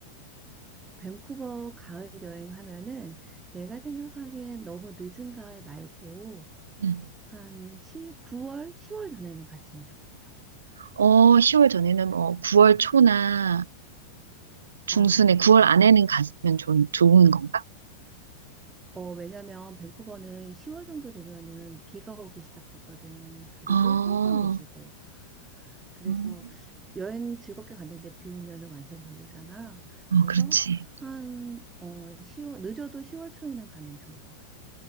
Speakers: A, on the right (about 15°); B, on the right (about 70°).
A: 밴쿠버 가을 여행하면은 내가 생각하기엔 너무 늦은 가을 말고,
B: 응.
A: 한 시구 9월, 10월 전에는 갔으면 좋겠어.
B: 어, 10월 전에는 뭐 9월 초나 중순에
A: 어.
B: 9월 안에는 가면 좋은, 좋은 건가?
A: 어, 왜냐면 밴쿠버는 10월 정도 되면은 비가 오기 시작하거든. 그리고
B: 아,
A: 깜깜해지고. 그래서
B: 음.
A: 여행 즐겁게 갔는데 비 오면은 완전 별로잖아.
B: 어,
A: 그래서
B: 그렇지.
A: 한 어, 10월 늦어도 10월 초에는 가면 좋을 것 같아.